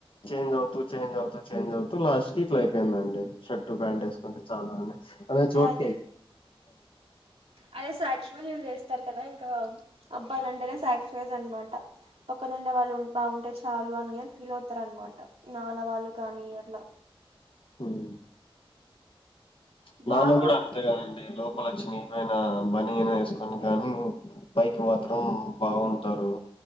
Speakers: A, on the left; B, on the right.
A: చేంజ్ అవుతూ చేంజ్ అవుతూ చేంజ్ అవుతూ లాస్ట్ కి ఇట్లా అయిపోయిందండి షర్ట్ ప్యాంట్ వేసుకుంటే చాలా <unintelligible> చోటు
B: కఉమ్ అదే <unintelligible> చేస్తారు కదా ఇంకా అబ్బాయిలంటేనే సాక్స్ఫైజ్ అన్న మాట పక్కనుండే వాళ్ళు <unintelligible> బావుంటే చాలు అని ఫీలావుతారు అనమాట నానవాళ్ళు కానీ అట్లా
A: ఉమ్ ప్చ్ నాన్న
B: బాగా
A: కూడా
B: ఉంది
A: అంతేగాదండి లోప్ పల చినిపోయిన బనియన్ వెస్కొని గాని పైకి మాత్రం బావున్ టారు